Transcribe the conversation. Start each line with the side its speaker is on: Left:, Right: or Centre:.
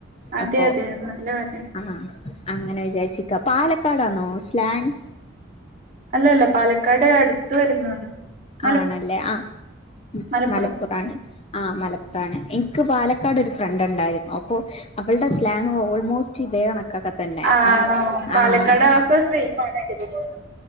Right: അതെ
Left: അപ്പൊ
Right: അതെ നല്ല കാര്യം
Left: ആഹ് അങ്ങനെ വിചാച്ചിക്ക പാലക്കാടാന്നോ സ്ലാങ്.
Right: അല്ലല്ല പാലക്കാട് അടുത്ത് വരുന്നതാണ്. മല
Left: ആണല്ലേ ആഹ്
Right: മലപ്പുറം
Left: മലപ്പുറാണ്. ആഹ് മലപ്പുറാണ് എനിക്ക് പാലക്കാട് ഒരു ഫ്രണ്ട് ഉണ്ടായിരുന്നു, അപ്പോ അവളുടെ സ്ലാങ് ഓൾമോസ്റ്റ് ഇതേ കണക്കാക്ക. തന്നെ
Right: ആണോ
Left: ആഹ്
Right: പാലക്കാട്
Left: ആഹ്
Right: ഒക്കെ സെയിമാണ് ഏകദേശം